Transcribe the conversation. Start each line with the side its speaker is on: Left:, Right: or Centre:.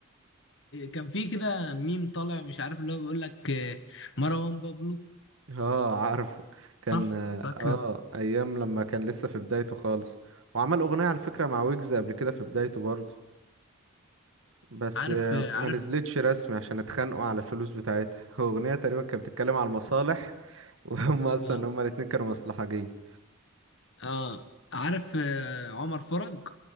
Left: كان في كده ميم طالع مش عارف اللي هو بيقول لك آه، مروان بابلو
Right: اه عارف كان
Left: صح فاكر
Right: اه أيام لما كان لسه في بدايته خالص وعمل أغنية على فكرة مع ويجز قبل كده في بدايته برضه بس
Left: عارف
Right: آه،
Left: آه،
Right: ما
Left: عارف
Right: نزلتش رسمي عشان اتخانقوا على الفلوس بتاعتها <laughs> أغنية تقريبا كانت بتتكلم على المصالح وهم أصلا
Left: اه
Right: هما الاتنين كانوا مصلحجية
Left: اه عارف آه، عمر فرج